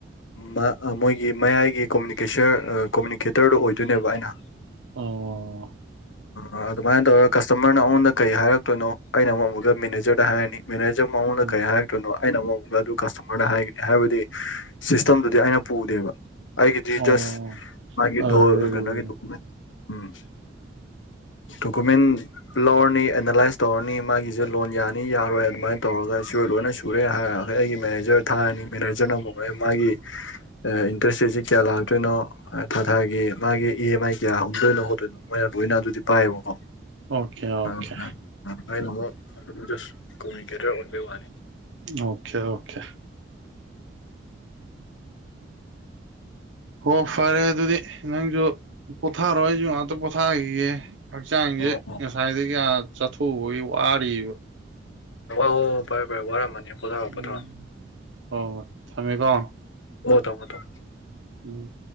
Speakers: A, on the left (about 80°); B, on the right (about 75°).
A: ꯃ ꯑ ꯃꯣꯏꯒꯤ ꯃꯌꯥꯏꯒꯤ ꯀꯣꯃꯨꯅꯤꯀꯦꯁꯔ ꯑ ꯀꯣꯃꯨꯅꯤꯀꯦꯇꯔꯗꯣ ꯑꯣꯏꯗꯣꯏꯅꯦꯕ ꯑꯩꯅ
B: ꯑꯣ
A: ꯑ ꯑꯗꯨꯃꯥꯏꯟ ꯇꯧꯔ ꯀꯁꯇꯃꯔꯅ ꯑꯩꯉꯣꯟꯗ ꯀꯩ ꯍꯥꯏꯔꯛꯇꯣꯏꯅꯣ ꯑꯩꯅ ꯑꯃꯨꯛ ꯑꯃꯨꯛꯀ ꯃꯦꯅꯦꯖꯔꯗ ꯍꯥꯏꯔꯅꯤ ꯃꯦꯅꯦꯖꯔ ꯃꯨꯛ ꯑꯩꯉꯣꯟꯗ
B: ꯎꯝ
A: ꯀꯩ ꯍꯥꯏꯔꯛꯇꯣꯏꯅꯣ ꯑꯩꯅ ꯑꯃꯨꯛ ꯑꯗꯨ ꯀꯁꯇꯃꯔꯗ ꯍꯥꯏꯒꯅꯤ ꯍꯥꯏꯕꯗꯤ ꯁꯤꯁꯇꯝꯗꯨꯗꯤ ꯑꯩꯅ ꯄꯨꯗꯦꯕ ꯑꯩꯒꯤꯗꯤ
B: ꯑꯣ
A: ꯖꯁ ꯃꯥꯒꯤꯗꯣ
B: ꯑꯔ
A: ꯀꯩꯅꯣꯒꯤ <inaudible> ꯎꯝ ꯗꯣꯀꯨꯃꯦꯟ ꯂꯧꯔꯅꯤ ꯑꯦꯅꯥꯂꯥꯏꯁ ꯇꯧꯔꯅꯤ ꯃꯥꯒꯤꯖꯦ ꯂꯣꯟ ꯌꯥꯅꯤ ꯌꯥꯔꯣꯏ ꯑꯗꯨꯃꯥꯏꯟ ꯇꯧ ꯔꯒ ꯁꯤ ꯂꯣꯏꯅ ꯁꯨꯔꯦ ꯍꯥꯏ ꯑꯩꯒꯤ ꯃꯦꯅꯦꯖꯔ ꯊꯥꯔꯅꯤ ꯃꯦꯅꯦꯖꯔꯅ ꯑꯃꯨꯛ ꯑꯦ ꯃꯥꯒꯤ ꯑ ꯏꯟ ꯏꯟꯇꯔꯦꯁ ꯔꯦꯠꯁꯤ ꯀꯌꯥ ꯂꯥꯛꯇꯣꯏꯅꯣ ꯊꯥ ꯊꯥꯒꯤ ꯃꯥꯒꯤ ꯏ ꯑꯦꯝ ꯑꯥꯏ ꯀꯌꯥ ꯍꯨꯟꯗꯣꯏꯅꯣ ꯈꯣꯠꯇꯣꯏꯅꯣ ꯃꯣꯏ ꯂꯣꯏꯅ ꯑꯗꯨ <unintelligible> ꯄꯥꯏꯌꯦꯕꯀꯣ
B: ꯑꯣꯀꯦ ꯑꯣꯀꯦ
A: ꯑꯗꯨꯗꯨꯅ ꯑꯩꯅ ꯃꯨꯛ ꯑꯗꯨꯝ ꯃꯁꯤ ꯀꯃꯨꯅꯤꯀꯦꯇꯔ ꯑꯣꯏꯕꯩ ꯋꯥꯅꯦ
B: ꯑꯣꯈꯦ ꯑꯣꯈꯦ ꯍꯣ ꯐꯔꯦ ꯑꯗꯨꯗꯤ ꯅꯪꯖꯨ ꯄꯣꯊꯥꯔꯣ ꯑꯩꯖꯨ ꯉꯥꯛꯇ ꯄꯣꯊꯥꯒꯤꯒꯦ ꯍꯛꯆꯥꯡꯖꯦ
A: ꯑꯣ
B: ꯉꯁꯥꯏꯗꯒꯤ ꯑꯥ ꯆꯠꯊꯣꯛꯎꯕꯒꯤ ꯋꯥꯔꯤꯕ
A: ꯍꯣ ꯐꯔꯦ ꯐꯔꯦ ꯋꯥꯔꯝꯃꯅꯤ ꯄꯣꯊꯥꯔꯣ
B: ꯎꯝ
A: ꯄꯣꯊꯥꯔꯣ
B: ꯍꯣ ꯍꯣꯏ ꯊꯝꯃꯦꯀꯣ
A: <unintelligible> ꯇꯧꯅꯣ ꯇꯧ
B: ꯎꯝ